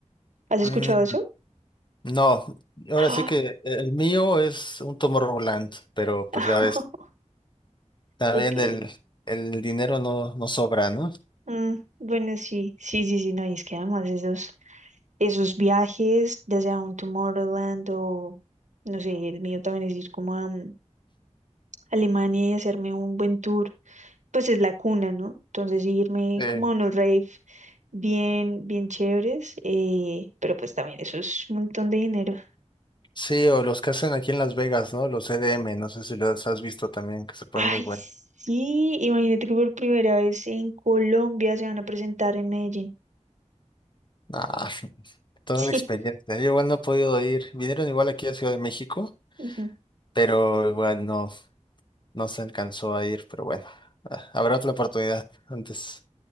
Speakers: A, on the right; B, on the left.
A: ¿Has escuchado
B: Mm,
A: eso?
B: no, ahora
A: Ah,
B: sí que el mío es un Tomorrowland, pero
A: <laughs>
B: pues ya ves, también
A: ok.
B: el, el dinero no, no sobra, ¿no?
A: Mm, bueno, sí, sí, sí, sí, no, y es que además esos, esos viajes, ya sea un Tomorrowland o, no sé, el mío también es ir como a mm, Alemania y hacerme un buen tour, pues es la cuna, ¿no? Entonces sí, irme
B: Eh,
A: como a unos rave bien, bien chéveres, eh, pero pues también eso es un montón de dinero.
B: sí, o los que hacen aquí en Las Vegas, ¿no? Los EDM, no sé si los has visto también, que se ponen
A: Ay,
B: muy buenos.
A: sí, imagínate que por primera vez en Colombia se van a presentar en Medellín.
B: Ah, <laughs> toda
A: <laughs>
B: una experiencia. Yo igual no he podido ir. Vinieron igual aquí a Ciudad de México,
A: Sí.
B: pero igual no, no se alcanzó a ir, pero bueno, ah, habrá otra oportunidad antes,